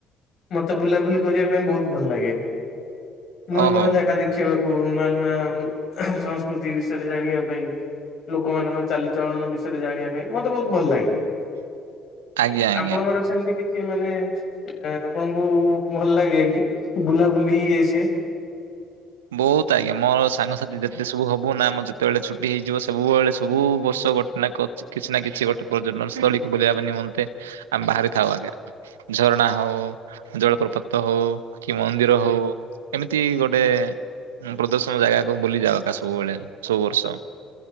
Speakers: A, on the left (about 55°); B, on the right (about 75°).
A: ମତେ ବୁଲାବୁଲି କରିବା ପାଇଁ ବହୁତ୍ ଭଲ ଲାଗେ। ନୂଆ
B: ଓହୋ
A: ନୂଆ ଜାଗା ଦେଖିବାକୁ ନୂଆ ନୂଆ ସଂସ୍କୃତି ବିଷୟରେ ଜାଣିବା ପାଇଁ ଲୋକମାନଙ୍କ ଚାଲିଚଳନ ବିଷୟରେ ଜାଣିବା ପାଇଁ ମତେ ବହୁତ୍ ଭଲ ଲାଗେ।
B: ଆଜ୍ଞା ଆଜ୍ଞା।
A: ଆପଣଙ୍କର ସେମିତି କିଛି ମାନେ ଆପଣଙ୍କୁ ଭଲ ଲାଗେକି ବୁଲାବୁଲି ଇଏ ସିଏ?
B: ବହୁତ୍ ଆଜ୍ଞା ମୋର ସାଙ୍ଗସାଥି ଯେତେ ସବୁ ହବୁ ନା ମୋର ଯେତେବେଳେ ଛୁଟି ହେଇଯିବ ସବୁବେଳେ ସବୁ ବର୍ଷ ଗୋ ନା କିଛି ନା କିଛି ଗୋଟେ ପର୍ଯ୍ୟଟନ ସ୍ଥଳୀକୁ ବୁଲିବା ପାଇଁ ନିମନ୍ତେ ଆମେ ବାହାରିଥାଉ ଆଜ୍ଞା। ଝରଣା ହଉ ଜଳପ୍ରପତ ହଉ କିମନ୍ଦିର ହଉ ଏମିତି ଗୋଟେ ପ୍ରଦର୍ଶନ ଜାଗାକୁ ବୁଲି ଯାଉ ଏକା ସବୁବେଳେ ସବୁ ବର୍ଷ